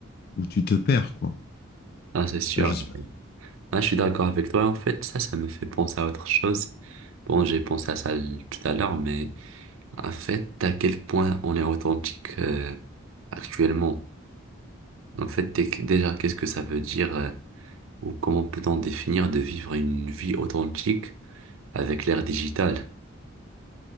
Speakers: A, on the left (about 50°); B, on the right (about 75°).
A: où tu te perds quoi.
B: Ah, c'est sûr.
A: Enfin, je sais pas.
B: Ah, je suis d'accord avec toi. En fait, ça, ça me fait penser à autre chose. Bon, j'ai pensé à ça l- tout à l'heure, mais en fait, à quel point on est authentique euh, actuellement. En fait, t'es- déjà, qu'est-ce que ça veut dire euh, ou comment peut-on définir de vivre une vie authentique avec l'ère digitale?